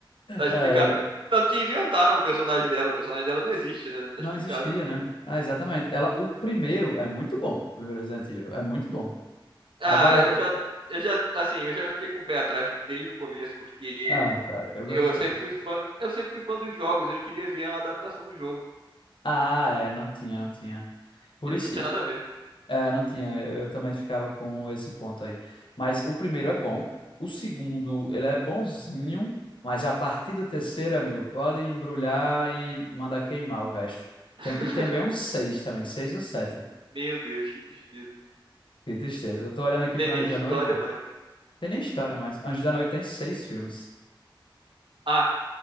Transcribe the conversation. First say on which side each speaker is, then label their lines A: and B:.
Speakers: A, on the right; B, on the left.
A: tá explicado.
B: É,
A: Tanto que inventaram o personagem dela. O personagem dela não existe, né? Tá
B: Não
A: explicado.
B: existia, né? Ah, exatamente. Ela, o primeiro é muito bom. O primeiro Resident Evil é muito bom.
A: Ah,
B: Agora,
A: eu já, eu já, assim, eu já fiquei com o pé atrás desde o começo, porque
B: ah, cara, eu gostei.
A: eu sempre fui fã, eu sempre fui fã dos jogos, eu queria ver uma adaptação do jogo,
B: Ah, é, não tinha, não tinha. Por
A: e não
B: isso que,
A: tinha nada a ver.
B: é, não tinha. Eu, eu também ficava com esse ponto aí. Mas o primeiro é bom. O segundo, ele é bonzinho. Mas a partir do terceiro, amigo, pode embrulhar e mandar queimar o resto. Tem-
A: <laughs>
B: e tem bem um seis também, seis ou sete.
A: Meu Deus, que tristeza.
B: Que tristeza. Eu tô olhando aqui
A: Tem
B: pro
A: nem
B: Anjo
A: história,
B: da Noite.
A: mas.
B: Tem nem história mais. Anjo da Noite tem seis filmes.
A: Ah,